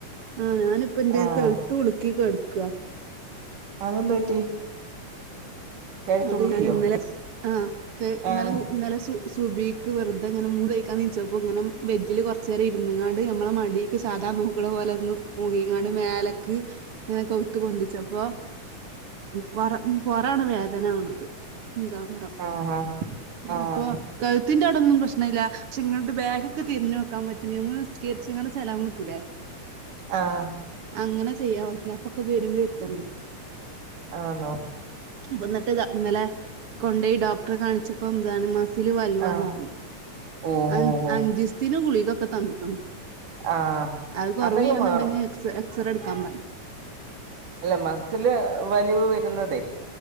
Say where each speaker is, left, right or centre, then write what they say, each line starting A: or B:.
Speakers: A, on the right; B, on the right.
A: ആഹ് ഞാനിപ്പ എന്റെ
B: ആഹ്
A: കെഴുത്ത് ഉളുക്കി കിടക്കുക
B: അതെന്തു പറ്റി കഴുത്തുളുക്കിയോ
A: അത് ഞാൻ ഇന്നലെ ആ ക്ക്‌ ഇന്നലെ
B: ആഹ്
A: ന്നല്ലെ സു സുബീക്ക് വെറുതെ ഇങ്ങനെ മൂതയ്ക്കാൻ നീച്ചപ്പോ ങ്ങനെ ബെജില് കോറച്ചേരം ഇരുന്ന്ങ്ങാണ്ട് അമ്മളെ മടി ക്ക്‌ സാധാ നൂക്ക്‌ണ പോലെ നൂക്കിങ്ങാണ്ട് മേലേക്ക്‌ ങ്ങനെ കൗത്ത് പൊന്തിച്ചപ്പോ പെറ പെറാണ് വേ ഇതാണത് മന്താമുറം
B: ആഹ് ആഹ്
A: അപ്പൊ കഴുത്തിന്റെ അവിടൊന്നും പ്രശ്ന ഇല്ല പക്ഷെ ഇങ്ങട് ബാക്ക്ക്ക് തിരിഞ്ഞോക്കാൻ പറ്റ്ണ് മ്മള് നിസ്കേരിച്ച്ങ്ങാണ്ട് സലാം വീട്ടുലെ
B: ആഹ്
A: അങ്ങനെ ചെയ്യാൻപറ്റൂല പ്പൊക്കെ വരും വരുത്തുണ്ട്
B: ആന്നോ
A: അപ്പ എന്നിട്ട് ഇന്നലെ കൊണ്ടഈ ഡോക്ടറെ കാണിച്ചപ്പോ എതാണ് മ ഞ്ചില് വാൽവാന്ന്
B: ആഹ്
A: പറഞ്ഞ്
B: ഓഹ്
A: അഹ്
B: ഓഹ് ഓഹ്
A: അഞ്ചുസ്തേന് ഗുളികയൊക്കെ തന്ന്ക്കണു
B: ആഹ്
A: അത് കൊറവ്ചെയ്യൂന്നുണ്ടെങ്കി
B: അതങ്ങ് മാറും
A: എക്സ് എക്സറേ എടുക്കാൻ പറഞ്ഞ്
B: അല്ല മസില് വലിവ് വ ന്നതേ